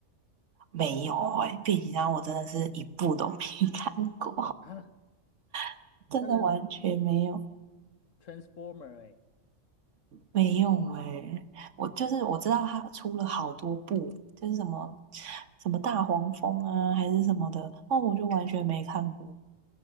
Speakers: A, on the right; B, on the left.
A: 没有哎、变形金刚我真的是一部都没 <laughs> 看过，
B: 啊，
A: <laughs>
B: 那个
A: 真的完全没有
B: Transformer 哎，
A: 没有哎、我就是我知道它出了好多部，就是什么什么大黄蜂啊还是什么的，哦，我就完全没看过，